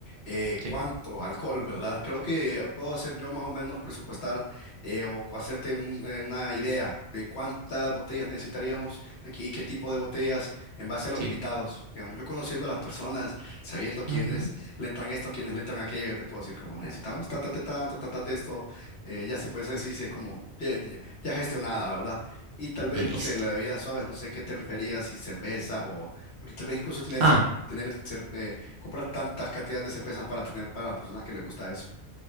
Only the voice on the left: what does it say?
eh, cuánto
alcohol, ¿verdad? Creo que puedo hacer yo más o menos presupuestar eh, o hacerte un- eh, una idea de cuántas botellas necesitaríamos aquí y qué tipo de botellas en base a los
invitados. Digamos, yo conociendo a las personas, sabiendo quiénes
le entran esto, quiénes le entran aquello, ya te puedo decir como necesitamos tantas de tanto, tantas de esto, eh, ya se puede decir, si es como ya ya- ya gestionada, ¿verdad? Y tal vez,
no sé, la bebida suave, no sé qué te referías, si cervezas o... Porque tal vez incluso tener,
si tener, cer- eh, comprar tantas cantidades de cervezas para tener para las personas que les gusta eso.